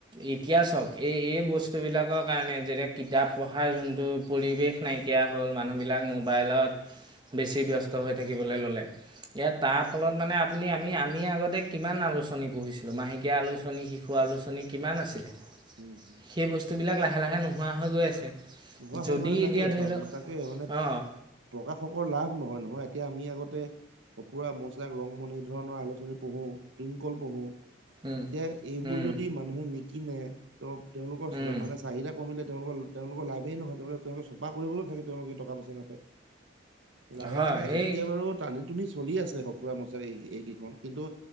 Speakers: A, on the right (about 25°); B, on the right (about 75°).
A: ইতিয়া চাওক এই এই বস্তুবিলাকৰ কাৰণে যেতিয়া কিতাপ পঢ়াৰ যোনটো পৰিৱেশ নাইকিয়া হ'ল, মানুহবিলাক মোবাইলত বেছি ব্যস্ত হৈ থাকিবলৈ ল'লে এ তাৰ ফলত মানে আপুনি আমি আমি আগতে কিমান আলোচনী পঢিছিলোঁ মাহেকীয়া আলোচনী, শিশু আলোচনী, কিমান আছিলে
B: উম হুম।
A: সেই বস্তুবিলাক লাহে লাহে নোহোৱা হৈ গৈ আছে।
B: নোহোৱা
A: যদি
B: হ'ল মানে
A: এতিয়া
B: তাকে,
A: ধৰি লওক
B: তাকে, মানে
A: অঁ
B: প্ৰকাশকৰ লাভ নহয় নহয়। এতিয়া আমি আগতে কঁফুৰা মচাক ৰং মন এই ধৰণৰ আলোচনী পঢ়ো, টুিংকলল পঢ়ো
A: উম
B: এতিয়া এইবোৰ
A: উম
B: যদি মানুহে কি মই ত তেওঁলোকৰ
A: উম
B: মানে চাহিদা কমি তেওঁলোকৰ তেওঁলোকৰ লা স নহয়লে তেওঁলোকে চফা কৰিবলৈ থাকে তেওঁলোকে টকা পইচা নাপায়। লাহে
A: হয়
B: লাহে
A: সেই
B: এতিয়া বাৰু টানি টুনি চলি আছে <unintelligible> এইকেইখন কিন্তু